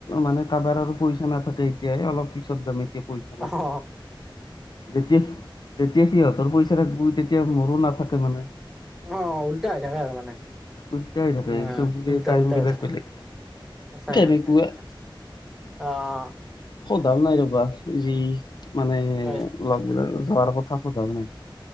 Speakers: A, on the left; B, in the centre.
A: মানে কাৰোবাৰ আৰু পইচা নাথাকে এতিয়াই অলপ পিছত যাম এতিয়া। পইচা নাই
B: অহ।
A: যেতিয়া যেতিয়া সিহঁতৰ পইচা থাকব তেতিয়া মোৰো নাথাকে মানে।
B: অ', উলতা হৈ থাকে আৰু মানে,
A: উল্টা হৈ থাকে
B: এ
A: চবৰে
B: উলতা
A: টাইম
B: উলতা
A: বিলাক
B: হৈ থাকে।
A: বেলেগ
B: সঁচাই
A: তেনেকুৱা
B: সঁচাই তাকে অ'।
A: সোধাও নাই ৰ'বা যি মানে
B: হয়
A: লগবীলাক যোৱাৰ কথা সোধাও নাই।